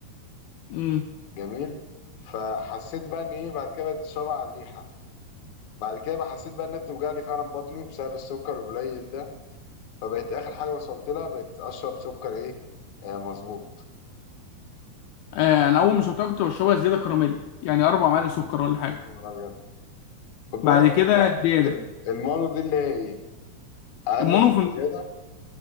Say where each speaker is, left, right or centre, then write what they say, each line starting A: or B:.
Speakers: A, on the left; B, on the left.
A: امم
B: جميل فحسيت بقى ان ايه بعد كده بقيت اشربها على الريحه بعد كده بقى حسيت بقى انها بتوجع لي فعلا بطني بسبب السكر القليل ده فبقيت اخر حاجه وصلت لها بقيت اشرب سكر ايه آه مظبوط
A: آه انا اول ما شربتها كنت بشربها زيادة كراميل يعني اربع معالق سكر ولا حاجة
B: يا نهار ابيض خد بالك
A: بعد كده
B: بقى،
A: زيادة
B: ال- المانو دي اللي هي ايه اقل
A: المونو
B: من الزياده
A: في